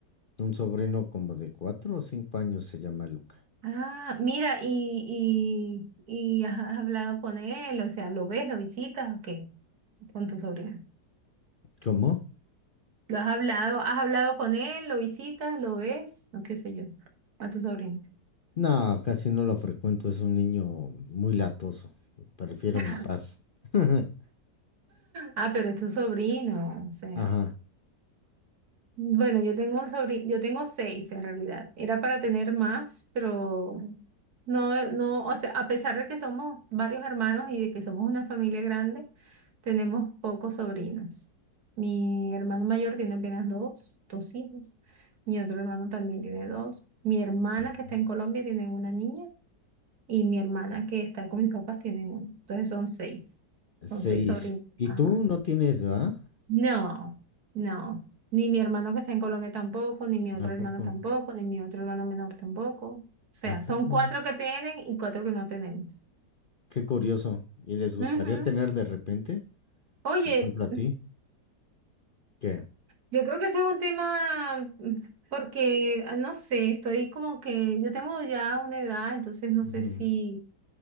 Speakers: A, on the left; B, on the right.
A: un sobrino como de cuatro o cinco años se llama Luca.
B: Ah, mira, y, y, y has has hablado con él, o sea, ¿lo ves, lo visitas o qué? Con tu sobrino.
A: ¿Cómo?
B: ¿Lo has hablado? ¿Has hablado con él? ¿Lo visitas? ¿Lo ves? O qué sé yo, a tu sobrino.
A: No, casi no lo frecuento, es un niño muy latoso. Prefiero
B: <laughs>
A: mi paz. <laughs>
B: Ah, pero es tu sobrino, o sea.
A: Ajá.
B: Bueno, yo tengo un sobrino, yo tengo seis en realidad. Era para tener más, pero no, no, o sea, a pesar de que somos varios hermanos y de que somos una familia grande, tenemos pocos sobrinos. Mi hermano mayor tiene apenas dos, dos hijos. Mi otro hermano también tiene dos. Mi hermana
A: Ujú.
B: que está en Colombia tiene una niña y mi hermana que está con mis papás tiene una. Entonces son seis,
A: Seis.
B: son seis sobrinos
A: ¿Y
B: nada
A: tú
B: más.
A: no tienes, va?
B: No, no. Ni mi hermano que está en Colombia tampoco, ni mi otro
A: ¿A poco?
B: hermano tampoco, ni mi otro hermano menor tampoco. O sea,
A: ¿A
B: son
A: poco?
B: cuatro que tienen y cuatro que no tenemos.
A: Qué curioso. ¿Y les gustaría
B: Ujú.
A: tener de repente?
B: Oye,
A: Por ejemplo, a ti. ¿Qué?
B: yo creo que ese es un tema mm, porque, ah, no sé, estoy como que yo tengo ya una edad, entonces no sé
A: Ujú.
B: si,